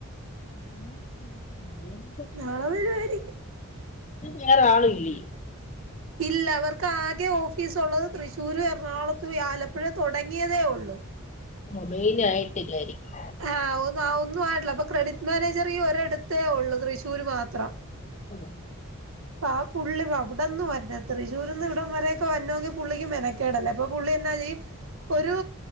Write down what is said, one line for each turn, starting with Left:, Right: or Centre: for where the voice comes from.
Left: <unintelligible>
Right: നാളെ വരുവായിരിക്കും.
Left: വേറെ ആളും ഇല്ലെയ്
Right: ഇല്ല അവർക്ക് ആകെ ഓഫീസ് ഒള്ളത് തൃശ്ശൂരും എറണാകുളത്തും ഇ ആലപ്പുഴെ തുടങ്ങിയതേ ഒള്ളു.
Left: മൊബൈൽ ആയിട്ടില്ലായിരിക്കും.
Right: ആഹ് ഒ ഒന്നും ആയിട്ടില്ല അപ്പൊ ക്രെഡിറ്റ് മാനേജർ ഇ ഒരിടത്തേ ഒള്ളൂ തൃശ്ശൂര് മാത്രം.
Left: ഉം
Right: ആഹ് പുള്ളി വാ അവിടന്ന് വരണത്രെ തൃശ്ശൂരിന്ന് ഇവിടം വരൊക്കെ വരണൊങ്കി പുള്ളിക്ക് മെനക്കേടല്ലേ അപ്പൊ പുള്ളി എന്നാ ചെയ്യും.
Left: <inaudible>
Right: ഒരു